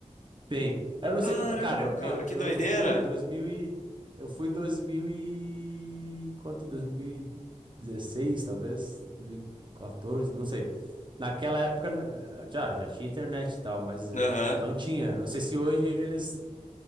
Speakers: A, on the right; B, on the left.
A: Tem. Eu não
B: Caramba,
A: sei como. Cara, eu,
B: cara,
A: eu,
B: que
A: eu
B: doideira.
A: eu fui 2000 e. Eu fui 2000 e. Quanto? 2016, talvez? 2014, não sei. Naquela época né, já, já tinha internet e tal, mas eh,
B: Aham.
A: não tinha. Não sei se hoje eles.